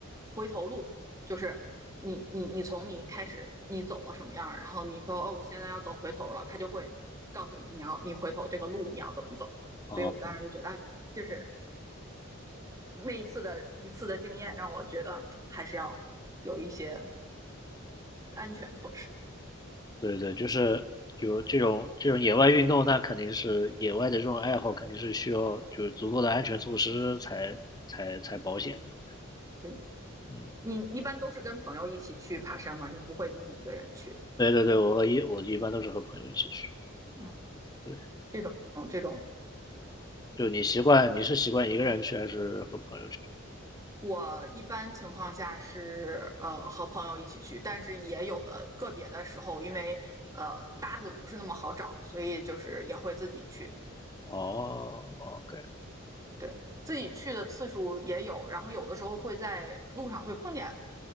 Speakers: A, on the right; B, on the left.
A: 回头路，就是你你你从你开始你走了什么样，然后你说哦，我现在要走回头了，他就会告诉你你要你回头这个路你要怎么走。
B: 啊。
A: 所以我当时就觉得，哎，就是那一次的一次的经验让我觉得还是要有一些安全措施。
B: 对对，就是有这种这种野外运动，那肯定是野外的这种爱好，肯定是需要就是足够的安全措施才才才保险嘛。
A: 对，
B: 嗯，
A: 你一般都是跟朋友一起去爬山吗？你不会自己一个人去。
B: 对对对，我和一我一般都是和朋友一起去。
A: 嗯，
B: 对，
A: 这种这种
B: 就你习惯你是习惯一个人去还是和朋友去？
A: 我一般情况下是呃和朋友一起去，但是也有的个别的时候，因为呃搭子不是那么好找，所以就是也会自己去。
B: 哦，OK，
A: 对，自己去的次数也有，然后有的时候会在路上会碰见